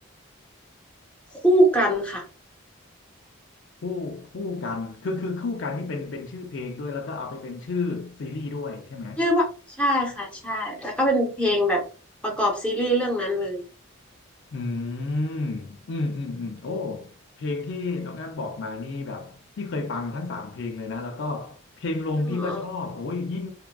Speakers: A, in the centre; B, on the left (about 60°).
A: คู่กันค่ะ
B: คู่คู่กันคือคือคู่กันนี่เป็นเป็นชื่อเพลงด้วย แล้วก็เอาไปเป็นชื่อซีรีส์ด้วยใช่ไหม
A: ชื่อว่าใช่ค่ะใช่แล้วก็เป็นเพลงแบบประกอบซีรีส์เรื่องนั้นเลย
B: อืมอืมอืมอืมโอ้เพลงที่น้องแอมบอกมานี่แบบพี่เคยฟังทั้งสามเพลงเลยนะแล้วก็เพลงลงพี่ก็ชอบโอ้ยยิ่ง
A: อ๋อ